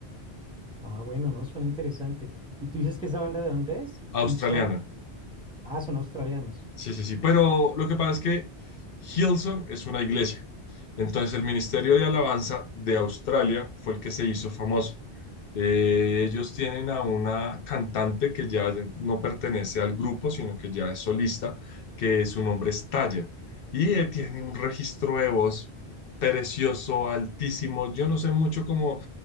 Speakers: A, in the centre; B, on the left.
A: Ah, bueno, no, suena interesante. ¿Y tú dices que esa banda de dónde es?
B: Australiana.
A: Hillsong. Ah, son australianos.
B: Sí, sí, sí, pero lo que pasa es que Hillsong es una iglesia. Entonces el Ministerio de Alabanza de Australia fue el que se hizo famoso. Eh, ellos tienen a una cantante que ya no pertenece al grupo, sino que ya es solista, que su nombre es Taya. Y eh, tiene un registro de voz precioso, altísimo. Yo no sé mucho como